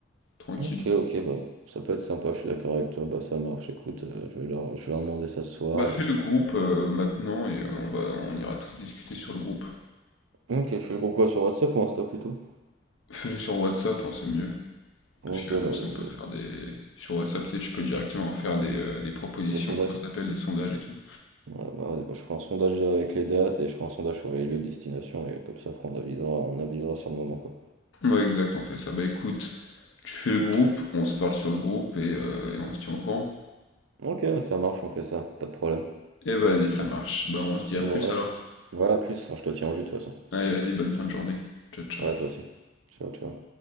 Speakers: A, on the left; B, on the right.
A: tranquille.
B: Ok ok bah ça peut être sympa, je suis d'accord avec toi, bah ça marche, écoute, euh, je vais leur, je vais leur demander ça ce soir
A: Bah fais
B: et.
A: le groupe euh, maintenant et euh, on va on ira tous discuter sur le groupe.
B: Ok, je fais le groupe quoi sur WhatsApp ou Insta plutôt?
A: Fais-le sur WhatsApp, hein, c'est mieux.
B: Ok
A: Parce que comme
B: bah
A: ça
B: je
A: on peut
B: vais.
A: faire des. Sur WhatsApp, tu sais, tu peux directement faire des, euh, des propositions,
B: Des sondages.
A: comment ça s'appelle, des sondages et tout.
B: Voilà, bah, vas-y, bah, je ferai un sondage déjà avec les dates et je ferai un sondage sur les lieux de destination et comme ça après on avisera, on avisera sur le moment quoi.
A: Ouais exact, on fait ça. Bah écoute, tu fais le groupe, on se parle sur le groupe et, euh, et on se tient au courant.
B: Ok, ça marche, on fait ça, pas de problème.
A: Et vas-y, ça marche. Bah on se dit à
B: Bon
A: plus
B: allez.
A: alors.
B: Ouais, à plus, Enfin, je te tiens au jus de toute façon.
A: Allez, vas-y, bonne fin de journée. Ciao ciao.
B: Ouais, toi aussi. Ciao, ciao.